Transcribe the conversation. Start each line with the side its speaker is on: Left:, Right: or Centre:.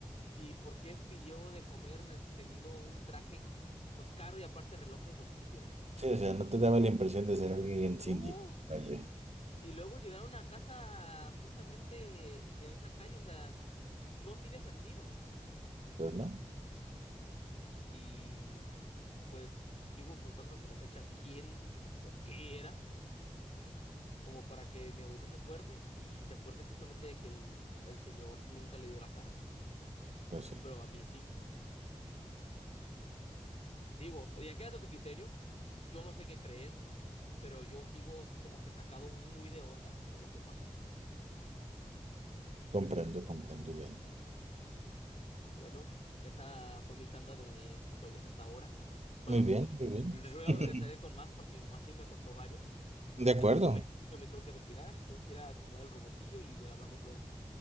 Left: ¿Y por qué pidió de comer eh, teniendo un traje pues caro y aparte reloj de bolsillo?
Right: Sí, o sea, no te daba la impresión de ser alguien
Left: No.
Right: sin dinero. Vaya,
Left: Y luego llegaron a casa justamente en esa calle, o sea, no tiene sentido.
Right: pues no,
Left: Y pues sigo preguntándome hasta la fecha quién o qué era, como para que mi abuelita se acuerde y se acuerde justamente de que el, el señor nunca le dio la cara,
Right: pues sí,
Left: pero a mí sí. Digo, ya queda a tu criterio, yo no sé qué creer pero yo sigo como que sacado muy de onda por lo que pasó.
Right: comprendo, comprendo bien.
Left: Bueno, esa fue mi tanda de historias hasta ahora. Bueno,
Right: Muy bien, muy bien.
Left: luego
Right: <laughs>
Left: regresaré con más porque mi mamá sí me contó varias, <laughs>
Right: De acuerdo.
Left: pero yo me, <laughs> yo me tengo que retirar, tengo que ir a acomodar el robotillo y hablamos luego.